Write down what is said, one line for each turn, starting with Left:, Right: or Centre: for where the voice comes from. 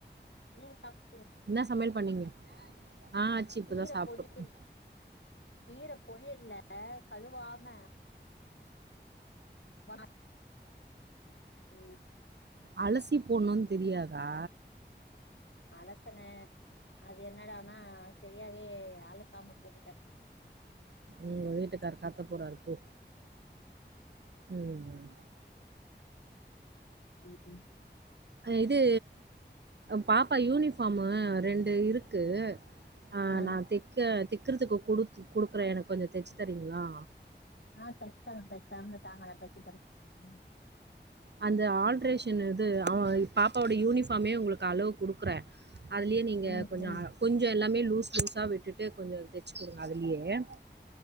Left: நீங் சப்பு
Right: என்ன சமயல் பண்ணீங்க ஆஹ ஆச்சு இப்பதான்
Left: கீர
Right: சாப்பிட்டோம்
Left: பொரியல் கீர பொரியல்ல கழுவாம <unintelligible> உஹம்
Right: அலசி போடணும்னு தெரியாதா
Left: அலசனே அது என்னடனா சரியாவே அலசாம போட்டுட்டேன்
Right: உங்க வீட்டுக்கார சத்தம் போறாரு போ உம் ம்
Left: உம் <unintelligible>
Right: இது பாப்பா யூனிஃபாம் ரெண்டு இருக்கு ஆஹ
Left: ஆ
Right: நான் தெக்க தெக்குறதுக்கு குடு குடுக்குற எனக்கு கொஞ்சம் தெச்சு தரீங்களா
Left: ஆஹ தெச்ச தாரே தாங்க தாங்க தெச்சு தாரேன்
Right: அந்த ஆல்ட்ரேஷன் இது அவ பாப்பாவோட யூனிஃபாமே உங்களுக்கு அளவு குடுக்குறேன் அதுலயே நீங்க
Left: ம்
Right: கொஞ்சம்
Left: ம்
Right: கொஞ்சம் எல்லாமே லூஸ் லூஸா விட்டுட்டு கொஞ்சம் தெச்சு கூடுங்க அதுலயே